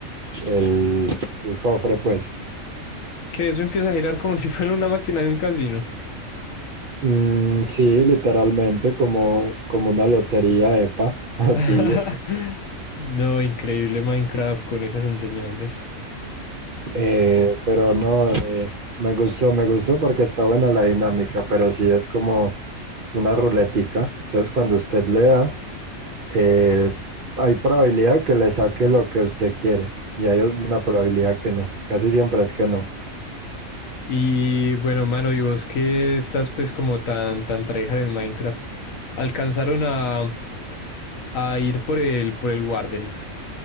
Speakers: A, on the right; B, on the left.
A: el, el cofre, pues.
B: Que eso empieza a girar como <laughs> si fuera una máquina de un casino.
A: Mm, sí, literalmente como, como una lotería EPA, <laughs> así.
B: <laughs> No, increíble Minecraft con esas enseñanzas.
A: Eh, pero no, eh, me gustó, me gustó porque está buena la dinámica, pero sí es como una ruletica. Entonces cuando usted le da, eh, hay probabilidad que le saque lo que usted quiere y hay una probabilidad que no. Casi siempre es que no.
B: Y bueno, mano, y vos que estás pues como tan, tan tryhard en Minecraft, alcanzaron a, a ir por el, por el Warden.